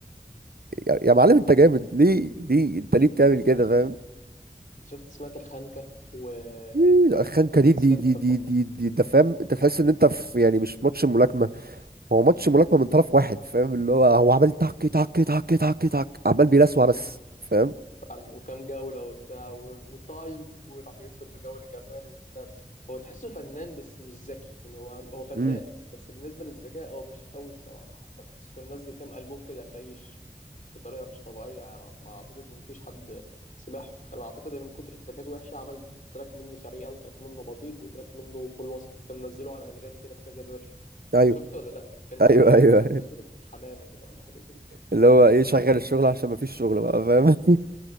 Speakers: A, on the right; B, on the left.
A: يا يا معلم انت جامد ليه ليه انت ليه بتعمل كده فاهم
B: انت شفت سمعت الخنكه وولد
A: إيه الخنكه دي دي
B: الست بتاع
A: دي دي دي, دي ده فاهم انت تحس ان انت في يعني مش ماتش ملاكمه هو ماتش ملاكمة من طرف واحد فاهم اللي هو هو عمال تك تك تك تك تك عمال بيلسوع بس فاهم
B: فعلا وكام جولة وبتاع و- وتايم وراح يدخل في جولة كمان وبتاع هو تحسه فنان بس مش ذكي يعني هو هو فنان
A: امم
B: بس بالنسبة للذكاء هو مش قوي بصراحة حتى تحسه كان نزل كام ألبوم كده خيش بطريقة مش طبيعية ما أعتقد إن مفيش حد سمعهم أنا أعتقد إن من كتر التراكات وحشة عمل تراك منه سريع وتراك منه بطيء وتراك منه في الوسط كان نزله على أنغامي كده بكذا فيرجن
A: ايوه
B: شفته ولا لأ كان
A: ايوه
B: غالبا
A: ايوه أيوة.
B: صورة حمامة كده ولا حاجة كده
A: اللي هو ايه شغل الشغل عشان ما فيش شغل بقى فاهم